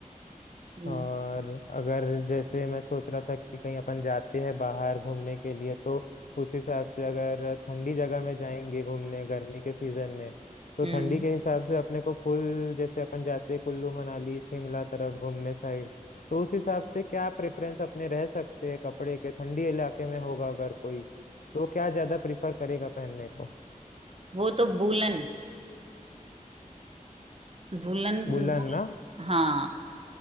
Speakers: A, on the right; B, on the left.
A: हम्म
B: और अगर जैसे मैं सोच रहा था कि कहीं अपन जाते हैं बाहर घूमने के लिए तो उस हिसाब से अगर ठंडी जगह में जाएंगे घूमने गर्मी के सीजन में तो
A: हम्म
B: ठंडी के हिसाब से अपने को फुल जैसे अपन जाते हैं कुल्लू मनाली शिमला तरफ घूमने साइड तो उस हिसाब से क्या प्रेफरेंस अपने रह सकते हैं कपड़े के ठंडी इलाके में होगा अगर कोई तो क्या ज्यादा प्रिफर करेगा पहनने को
A: वो तो वूलन वूलन
B: वुलन ना
A: हाँ